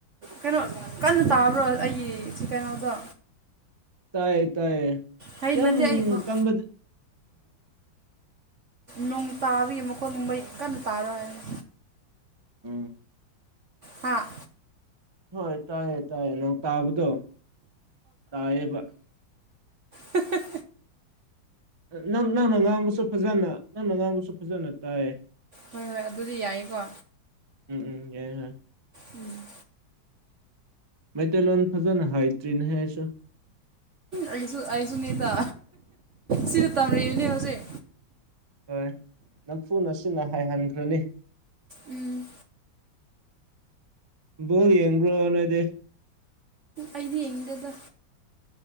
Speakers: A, on the right; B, on the right.
A: ꯀꯩꯅꯣ ꯀꯟꯅ ꯇꯥꯕ꯭ꯔꯣ ꯑꯩꯒꯤ ꯁꯤ ꯀꯩꯅꯣꯗꯣ
B: ꯇꯌꯦ ꯇꯌꯦ
A: ꯍꯩ
B: ꯌꯥꯝ
A: ꯅꯠꯇꯦ ꯑꯩ ꯈꯣꯟ
B: ꯀꯟꯕꯥꯗꯤ
A: ꯅꯨꯡ ꯇꯥꯕꯥꯒꯤ ꯃꯈꯣꯟ ꯃꯩ ꯀꯟꯅ ꯇꯥꯔꯣꯏ ꯍꯥꯏꯅ
B: ꯎꯝ
A: ꯍꯥ
B: ꯍꯣꯏ ꯇꯥꯏꯌꯦ ꯇꯥꯏꯌꯦ ꯅꯣꯡ ꯇꯥꯕꯗꯣ ꯇꯥꯏꯌꯦꯕ
A: ꯍꯤꯍꯦ
B: ꯅꯪ ꯅꯪꯅ ꯉꯥꯡꯕꯁꯨ ꯐꯖꯅ ꯅꯪꯅ ꯉꯥꯡꯕꯁꯨ ꯐꯖꯅ ꯇꯥꯏꯌꯦ
A: ꯍꯣꯏ ꯍꯣꯏ ꯑꯗꯨꯗꯤ ꯌꯥꯏꯀꯣ
B: ꯎꯝ ꯎꯝ ꯌꯥꯏꯌꯦ ꯌꯥꯏꯌꯦ
A: ꯎꯝ
B: ꯃꯩꯇꯩꯂꯣꯟ ꯐꯖꯅ ꯍꯥꯏꯇ꯭ꯔꯤꯅꯦꯍꯦ ꯑꯩꯁꯨ
A: ꯑꯩꯁꯨ ꯑꯩꯁꯨꯅꯦ ꯇꯥ ꯁꯤꯗ ꯇꯝꯔꯤꯅꯦ ꯍꯧꯖꯤꯛ
B: ꯍꯣꯏ ꯅꯪ ꯐꯨꯅ ꯑꯁꯤꯅ ꯍꯥꯏꯍꯟꯈ꯭ꯔꯅꯤ
A: ꯎꯝ
B: ꯕꯣꯜ ꯌꯦꯡꯕ꯭ꯔꯣ ꯅꯣꯏꯗꯤ
A: ꯑꯩꯗꯤ ꯌꯦꯡꯗꯦꯗ